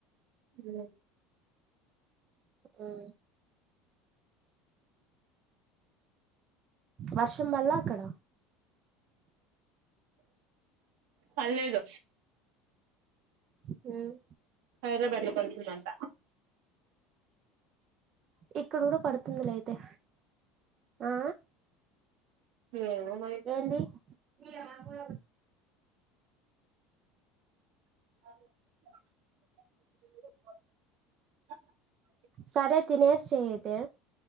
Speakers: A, on the right (about 75°); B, on the right (about 35°).
A: రు
B: ఉమ్ వర్షం బల్ల అక్కడ
A: పడ్లేదు
B: హుమ్
A: హైడ్రబాద్ లో పడుతుదంట
B: ఇక్కడ కూడా పడుతుందిలే అయితే ఆ
A: ఏమో మరి
B: ఏండి మీరల అనుకున్నారు
A: అ
B: సరే తినేసి చేయి అయితే